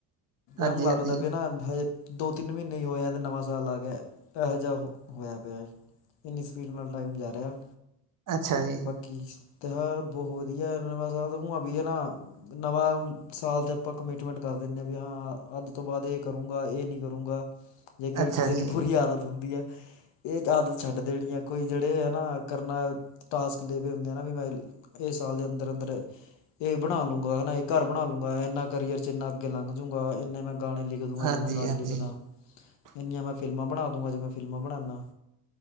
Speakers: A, on the right; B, on the left.
A: ਹਾਂਜੀ
B: ਐਂ ਲੱਗਦਾ
A: ਹਾਂਜੀ,
B: ਬਿ ਨਾ ਹੇ ਦੋ ਤਿੰਨ ਮੀਨੇ ਹੀ ਹੋਏ ਆ ਤੇ ਨਵਾਂ ਸਾਲ ਆ ਗੇਆ ਐਹੋ ਜਿਹਾ ਹੋ ਹੋਇਆ ਪਿਆ। ਇੰਨੀ ਸਪੀਡ ਨਾਲ ਟਾਈਮ ਜਾ ਰੇਆ।
A: ਅੱਛਾ ਜੀ।
B: ਬਾਕੀ ਤਿਉਹਾਰ ਬਹੁ ਵਧੀਆ <unintelligible> ਨਵਾਂ ਸਾਲ ਤੇ ਆਪਾਂ ਕਮਿਟਮੈਂਟ ਕਰ ਦੇਂਨੇ ਬੀ ਆ ਅੱਜ ਤੋਂ ਬਾਦ ਏ ਕਰੂੰਗਾ ਏ ਨੀ ਕਰੂੰਗਾ। ਜੇਕ
A: ਅੱਛਾ
B: ਕਿਸੇ
A: ਜੀ,
B: ਦੀ ਬੁਰੀ ਆਦਤ ਹੁੰਦੀ ਆ ਏ ਆਦਤ ਛੱਡ ਦੇਣੀ ਆ ਕੋਈ ਜਿਹੜੇ ਆ ਨਾ, ਕਰਨਾ ਟਾਸਕ ਲੇਵੇ ਹੁੰਦੇ ਆ ਨਾ ਵੀ ਮੈਂ ਏ ਸਾਲ ਦੇ ਅੰਦਰ ਅੰਦਰ ਏ ਬਣਾ ਲੂੰਗਾਾ ਏ ਘਰ ਬਣਾ ਲੂੰਗਾ ਐਂਨਾ ਕਰੀਅਰ ਚ ਇੰਨਾ ਅੱਗੇ ਲੰਘ ਜੂਗਾ ਐਂਨੇ ਮੈਂ ਗਾਣੇ ਲਿਖ ਦੂੰਗਾ
A: ਹਾਂਜੀ
B: ਜੇ ਮੈਂ ਗਾਣੇ ਲਿਖਦਾ
A: <inaudible>
B: ਐਂਨੀਆਂ ਮੈਂ ਫਿਲਮਾਂ ਬਣਾ ਦੂੰਗਾ ਜੇ ਮੈਂ ਫਿਲਮਾਂ ਬਣਾਨਾ।